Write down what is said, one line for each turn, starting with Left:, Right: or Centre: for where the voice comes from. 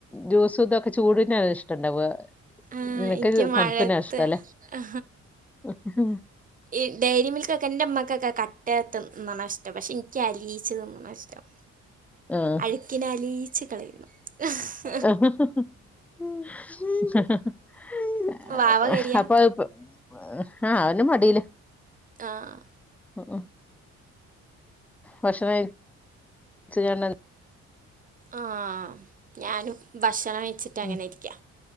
Centre: ജ്യൂസും ഇതൊക്കെ ചൂട്നാ ഇഷ്ടം ഇണ്ടാവ
Right: ആ,
Centre: നിനക്ക്
Right: എനിക്ക്
Centre: തൺപ്പെന്നെയാ
Right: മഴയത്ത്
Centre: ഇഷ്ട്ടല്ല
Right: ആ,
Centre: അഹഉം
Right: ഈ ഡയരി മിൽകെക്കെ ഇന്റെമ്മാകെക്കെ കട്ടേ തിന്ന്ണഷ് പക്ഷെ ഇൻക്ക് അലിയിച്ച് തിന്ന്ണതാ ഇഷ്ട്ടം
Centre: ആഹ്
Right: അഴ്ക് കിനാലീച്ച് കളയണം ഇഹ്
Centre: ഇഹ് ഹ് ഹ് ഹ് ഹ ഹ ഹ
Right: വാവ
Centre: ഇഹ്
Right: കരിയ
Centre: അപ്പത് പ്പൊ ആഹ് അവന് മടീല
Right: ആഹ്
Centre: അഹ ഭക്ഷണൈ ച്ച്കാണ്ടങ്ങ്
Right: ആഹ് ഞാനും ഭക്ഷണം കെയ്ച്ച്ട്ടങ്ങനെ
Centre: ഉം
Right: ഇരിക്കാ